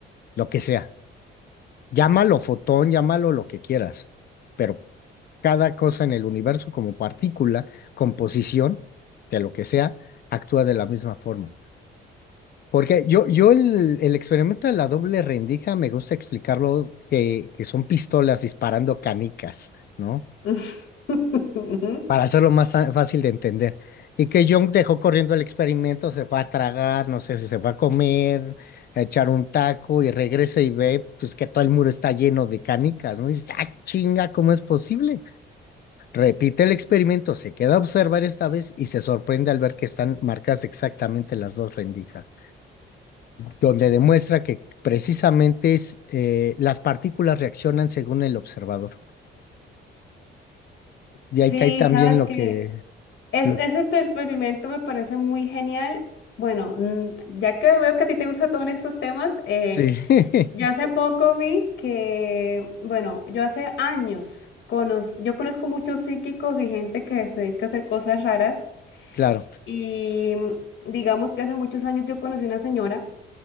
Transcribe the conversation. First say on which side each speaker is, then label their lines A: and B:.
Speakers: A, on the left; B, on the left.
A: lo que sea. Llámalo fotón, llámalo lo que quieras, pero cada cosa en el universo como partícula, composición, de lo que sea, actúa de la misma forma. Porque yo, yo el, el experimento de la doble rendija me gusta explicarlo que, que son pistolas disparando canicas, ¿no?
B: <laughs>
A: para hacerlo más fa- fácil de entender. Y que Jung dejó corriendo el experimento, se va a tragar, no sé si se va a comer, a echar un taco y regresa y ve pues que todo el muro está lleno de canicas, ¿no? Y dice, ah, chinga, ¿cómo es posible? Repite el experimento, se queda a observar esta vez y se sorprende al ver que están marcadas exactamente las dos rendijas, donde demuestra que precisamente es, eh, las partículas reaccionan según el observador. Y ahí
B: Sí,
A: cae también
B: sabes
A: lo
B: que
A: que...
B: es,
A: lo-
B: ese tu experimento me parece muy genial. Bueno, mm, ya que veo que a ti te gustan todos estos temas, eh,
A: sí, <laughs>
B: Yo hace poco vi que, bueno, yo hace años conoz- yo conozco muchos psíquicos y gente que se dedica a hacer cosas raras
A: claro.
B: y mm, digamos que hace muchos años yo conocí una señora